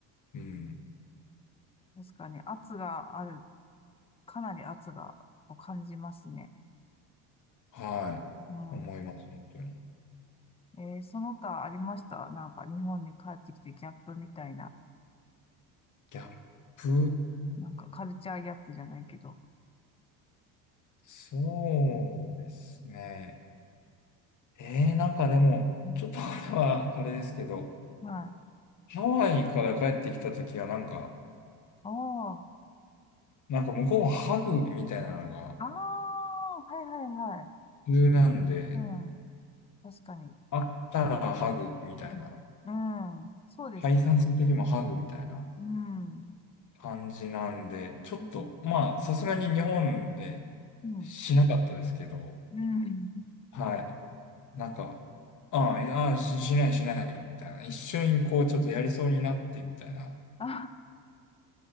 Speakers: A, on the left; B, on the left.
A: うん。
B: 確かに圧がある、かなり圧がを感じますね。
A: はい。
B: うん、
A: 思います、本当に。
B: えーその他ありましたなんか日本に帰ってきてギャップみたいな、
A: ギャップ。うん
B: なんかカルチャーギャップじゃないけど。
A: そうですね。ええなんかでも、
B: うん
A: ちょっと <laughs> あれはあれですけど、
B: はい。
A: ハワイから帰ってきたときはなんか、
B: ああ。
A: なんか向こうはハグみたいなのが
B: ああ、はいはいはい。
A: 普通なんで、
B: うん。確かに。
A: 会ったらハグみたいな、
B: うん。うんそうですね。
A: 解散するときもハグみたいな
B: うん。
A: 感じなんで、ちょっと、
B: うん。
A: まあ、さすがに日本で
B: うん。
A: しなかったですけど、
B: うん
A: はい。なんか、ああ、いやし、しないしないみたいな、一緒にこうちょっとやりそうになってみたいな。
B: あ、